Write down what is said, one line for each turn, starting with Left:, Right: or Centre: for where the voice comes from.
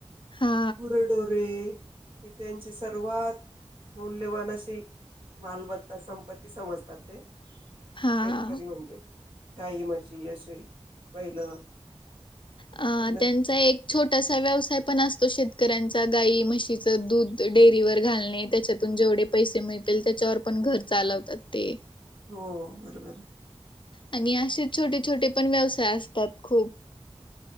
Left: हा
Right: गुरडोरे ही त्यांचे सर्वात मौल्यवान अशी मालमत्ता संपत्ती समजतात ते.
Left: हा
Right: शेतकरी म्हणजे. गाई, म्हशी असे बैल
Left: अ
Right: यांना
Left: त्यांचा एक छो टसा व्यवसाय पण असतो शेतकऱ्यांचा गाई म्हशीच दूध डेअरीवर घालणे त्याच्यातून जे वढे पैसे मिळतील त्याच्यावर पण घर चालवतात ते.
Right: हो बरोबरे.
Left: आणि असे छोटे छोटे पण व्यवसाय असतात खूप.